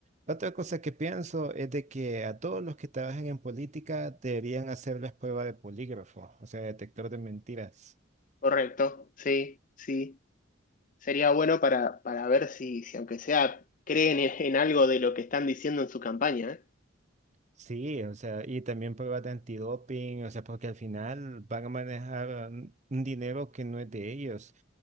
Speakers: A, on the right (about 35°); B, on the left (about 40°).
A: Otra cosa que pienso es de que a todos los que trabajan en política deberían hacerles prueba de polígrafo, o sea, detector de mentiras.
B: Correcto, sí, sí. Sería bueno para, para ver si, si aunque sea, creen en, en algo de lo que están diciendo en su campaña, ¿eh?
A: Sí, o sea, y también pruebas de antidoping, o sea, porque al final van a manejar un un dinero que no es de ellos.